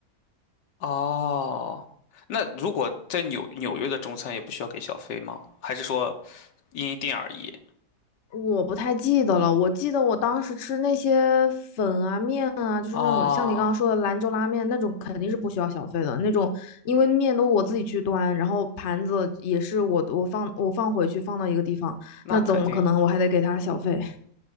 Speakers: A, on the left; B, on the left.
A: 哦，那如果在纽纽约的中餐也不需要给小费吗？还是说因店而异？
B: 我不太记得了。我记得我当时吃那些粉啊、面啊，就是那种像你刚刚说的兰州拉面那种，
A: 啊，
B: 肯定是不需要小费的那种，因为面都我自己去端，然后盘子也是我我放我放回去放到一个地方，
A: 那肯定。
B: 那怎么可能我还得给他小费？<laughs>